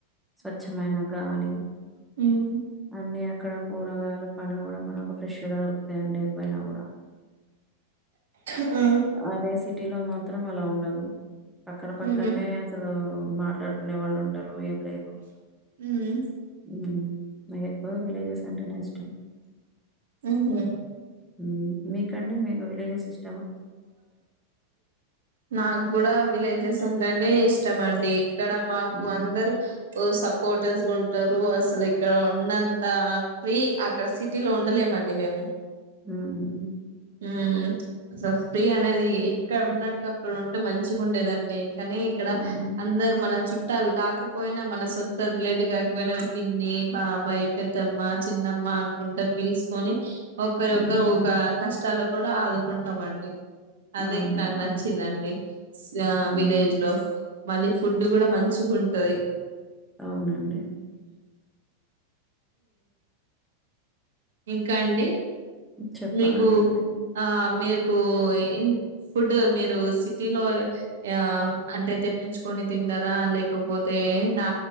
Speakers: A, in the centre; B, on the right.
A: స్వచ్ఛమైన గాలి,
B: హ్మ్
A: అన్ని అక్కడ కూరగాయలు పండ్లు గూడా మనకు <unintelligible> దొరుకుతాయండి పెయినా గూడా
B: అ
A: అదే సిటీలో మాత్రం అలా ఉండదు పక్కన పక్కన్నే
B: ఉహూ.
A: అసలు మాట్లాడుకునే వాళ్లుండరు ఏం లేదు
B: ఉమ్.
A: హ్మ్ నా ఎక్కువగా విలేజెస్ అంటేనే ఇష్టం.
B: హ్మ్ హు
A: హ్మ్. మీకండి మీకు విలేజెస్ ఇస్
B: నాగ్గూడా విలేజెస్ అంటేనే ఇష్టమండి. ఇక్కడ మాకు
A: హ్మ్.
B: అందరు ఓ సపోట్ ఉంటారు అసలు ఇక్కడ ఉన్నంత ఫ్రీ అక్కడ సిటీ లో ఉండలేమండి మేము.
A: హ్మ్
B: హ్మ్ స ఫ్రీ అనేది ఇక్కడ ఉన్నట్టు అక్కడ ఉంటే మంచిగుండేదండి. కానీ ఇక్కడ
A: హ్మ్.
B: అందరు మన చు ట్టాల్ కాకపోయినా మన సొంత బ్లడ్ గాకపోయినా పిన్ని బాబాయ్ పెద్దమ్మ చిన్నమ్మ మ అనుకుంటే పిలుసుకొని ఒక్కరి
A: హ్మ్.
B: ఒక్కరు ఉకా కష్టాల్లో కూడా ఆదుకుంటామండి. అదే
A: అవునండి.
B: నాకు నచ్చిందండి ఆ
A: హ్మ్.
B: విలేజ్ లో మళ్ళీ ఫుడ్ గూడా మంచిగుంటది.
A: అవునండి.
B: ఇంకా అండి
A: చెప్పాలండి
B: మీకు
A: మీరే.
B: ఆ మీకు ఇ ఫుడ్ మీరు సిటీలో యా అంటే తెప్పించుకొని తింటారా లేకపోతే ఏ నా